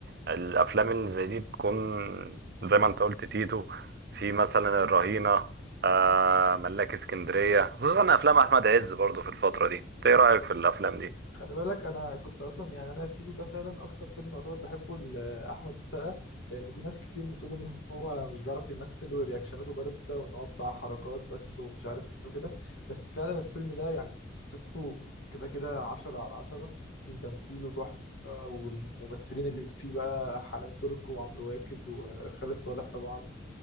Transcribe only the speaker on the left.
اه
خلي بالك انا كنت اصلا يعني انا تيتو ده فعلا اكتر فيلم يعتبر بحبه لاحمد السقا لان في ناس كتير بتقول ان هو مش بيعرف يمثل ورياكشناته بارده وان هو بتاع حركات بس ومش عارف ايه وكده بس فعلا الفيلم ده يعني قصته كده كده عشرة على عشرة وتمثيله تحفه والممثلين اللي فيه بقى حنان ترك وعمرو واكد وخالد صالح طبعا